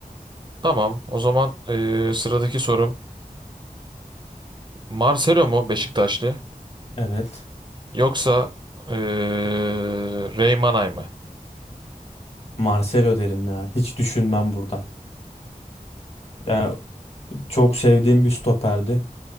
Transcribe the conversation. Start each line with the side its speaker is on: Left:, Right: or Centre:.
Right: Tamam. O zaman eee, sıradaki sorum. Marcelo mu Beşiktaşlı?
Left: Evet.
Right: Yoksa eee Reymanay mı?
Left: Marcelo derim ya. Hiç düşünmem burada. Yani çok sevdiğim bir stoperdi.